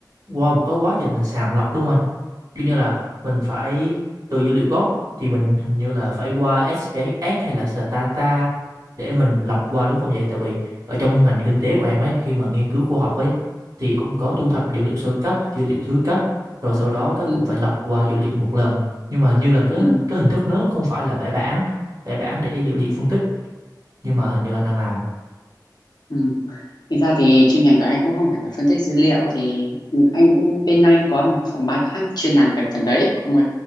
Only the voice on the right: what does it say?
qua một cái quá trình sàng lọc đúng không anh? Kiểu như là mình phải từ dữ liệu gốc thì mình hình như là phải qua SPSS hay là Stata để mình lọc qua đúng không vậy? Tại vì ở trong ngành kinh tế của em ấy khi mà nghiên cứu khoa học ấy thì cũng có thu thập dữ liệu sơ cấp, dữ liệu thứ cấp rồi sau đó các
cũng phải lọc qua dữ liệu một lần. Nhưng mà hình như là cái
cái hình thức nó không phải là vẽ bảng, vẽ bảng để dữ liệu phân tích nhưng mà hình như anh đang làm.